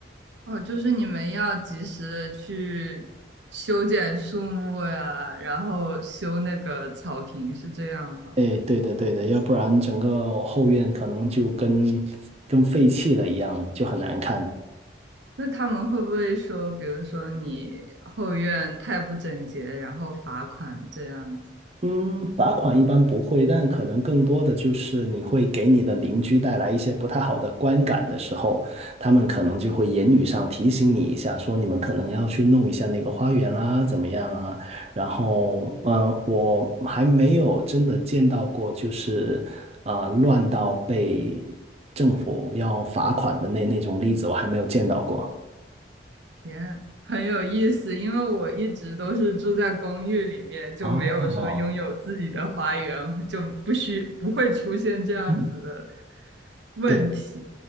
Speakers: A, on the right; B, on the right.
A: 哦，就是你们要及时的去修剪树木呀，然后修那个草坪，是这样吗？
B: 哎，对的对的，要不然整个后院可能就跟跟废弃了一样，就很难看。
A: 那他们会不会说，比如说你后院太不整洁，然后罚款这样子？
B: 嗯，罚款一般不会，但可能更多的就是你会给你的邻居带来一些不太好的观感的时候，他们可能就会言语上提醒你一下，说你们可能要去弄一下那个花园啦，怎么样啊？然后，嗯，我还没有真的见到过，就是呃，乱到被政府要罚款的那那种例子，我还没有见到过。
A: 天，很有意思，因为我一直都是住在公寓里面，就没有说拥有自己的花园，
B: 哦，
A: 就不需不会出现这样子的
B: 嗯，
A: 问题，
B: 对